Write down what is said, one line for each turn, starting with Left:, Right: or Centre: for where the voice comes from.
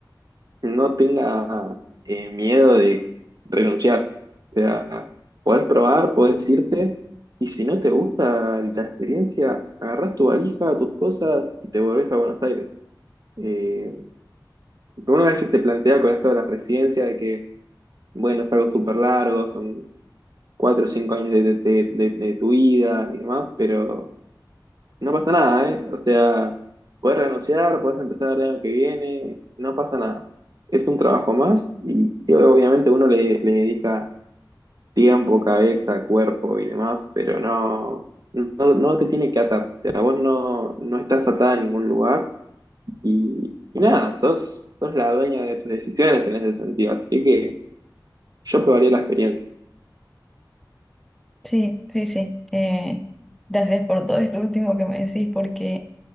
Right: No tengas eh, miedo de renunciar. O sea, podés probar, podés irte. Y si no te gusta la experiencia, agarrás tu valija, tus cosas y te volvés a Buenos Aires. Eh, uno a veces te plantea con esto de las residencias de que, bueno, es algo súper largo, son cuatro o cinco años de, de- de- de- de tu vida y demás, pero no pasa nada, ¿eh? O sea, puedes renunciar, puedes empezar el año que viene, no pasa nada. Es un trabajo más y, y obviamente uno le, le dedica tiempo, cabeza, cuerpo y demás, pero no, no, no te tiene que atar. O sea, vos no, no estás atada a ningún lugar y, y nada, sos, sos la dueña de tus decisiones en ese sentido. Así que yo probaría la experiencia.
Centre: Sí, sí, sí. Eh, gracias por todo esto último que me decís, porque